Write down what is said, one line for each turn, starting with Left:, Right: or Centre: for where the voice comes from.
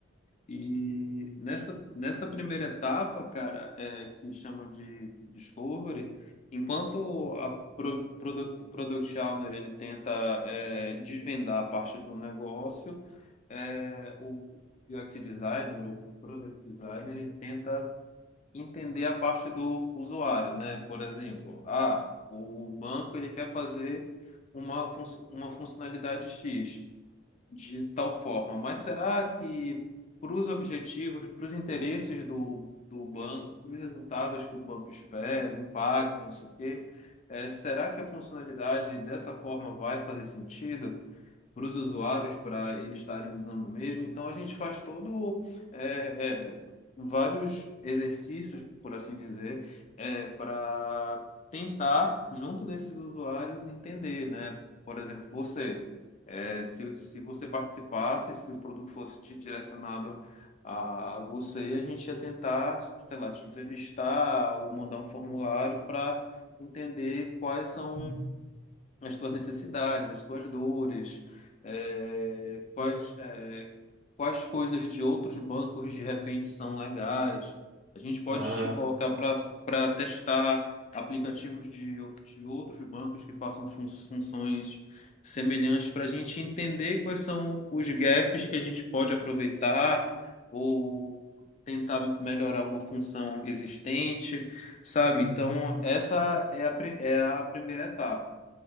Left: E nessa, nessa primeira etapa, cara, é, que chama de Discovery, enquanto a pro, produ- Product Owner ele tenta é, desvendar a parte do negócio, é, o UX Designer, o Product Designer, ele tenta entender a parte do usuário, né? Por exemplo, ah, o banco ele quer fazer uma, fun- uma funcionalidade X de tal forma, mas será que para os objetivos, para os interesses do, do banco, para os resultados que o banco espera, impacto, não sei o quê, eh, será que a funcionalidade dessa forma vai fazer sentido? para os usuários, para eles estarem usando mesmo. Então a gente faz todo é, é, vários exercícios, por assim dizer, é, para tentar, junto desses usuários, entender, né? Por exemplo, você, é, se, se você participasse, se o produto fosse di- direcionado a você, a gente ia tentar, sei lá, te entrevistar ou mandar um formulário para entender quais são
Right: Uhum.
Left: as tuas necessidades, as tuas dores, eh, quais, eh, quais coisas de outros bancos de repente são legais. A gente pode
Right: Ah.
Left: te colocar para para testar aplicativos de, ou- de outros bancos que façam fun- funções semelhantes para a gente entender quais são os gaps que a gente pode aproveitar ou tentar melhorar uma função existente, sabe? Então,
Right: Uhum.
Left: essa é a, pri- é a primeira etapa.